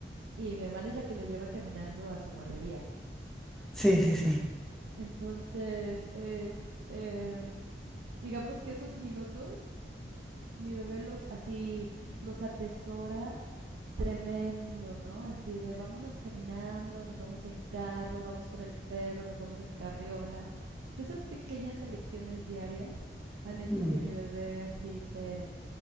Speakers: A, on the right (about 80°); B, in the centre.
A: y mi hermana es la que lo lleva caminando a su guardería.
B: sí, sí, sí.
A: Entonces, es, em, digamos que esos minutos, mi bebé los así, los atesora Tremendo, ¿no? Así de vámonos caminando, nos vamos en carro, vamos con el perro, nos vamos en carriola. O sea, Esas pequeñas elecciones diarias han hecho
B: Mm.
A: que mi bebé así se,